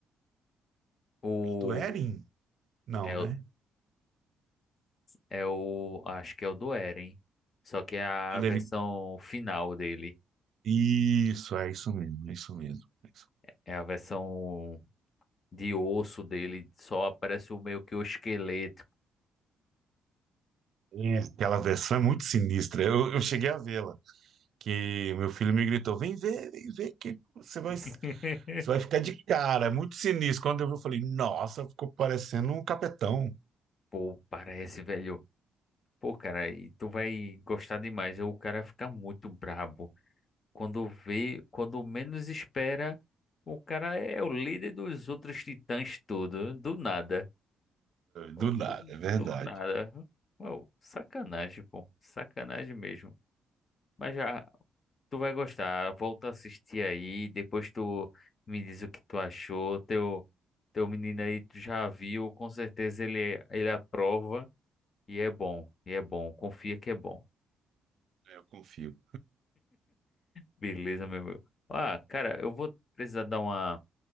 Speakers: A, on the left; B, on the right.
A: O.
B: Do Eren? Não,
A: É
B: né?
A: o. É o. Acho que é o do Eren. Só que é a
B: Quando
A: versão
B: ele...
A: final dele.
B: Isso, é isso mesmo, é isso mesmo. É isso.
A: É a versão de osso dele. Só aparece o meio que o esqueleto.
B: É, Aquela versão é muito sinistra. Eu, eu cheguei a vê-la. que meu filho me gritou: vem ver, vem ver, que você vai,
A: <laughs>
B: você vai ficar de cara, é muito sinistro. Quando eu vi, eu falei: nossa, ficou parecendo um capetão.
A: Pô, parece, velho. Pô, cara, e tu vai gostar demais. O cara fica muito brabo. Quando vê, quando menos espera, o cara é o líder dos outros titãs tudo. Do nada. Pô,
B: Do
A: Do,
B: nada, é verdade.
A: do nada. Uau, sacanagem, pô. Sacanagem mesmo. Mas já, tu vai gostar. Volta a assistir aí. Depois tu me diz o que tu achou. Teu, teu menino aí, tu já viu. Com certeza ele, ele aprova. E é bom. E é bom. Confia que é bom.
B: Eu confio.
A: Beleza, meu amigo. Ah, cara, eu vou precisar dar uma,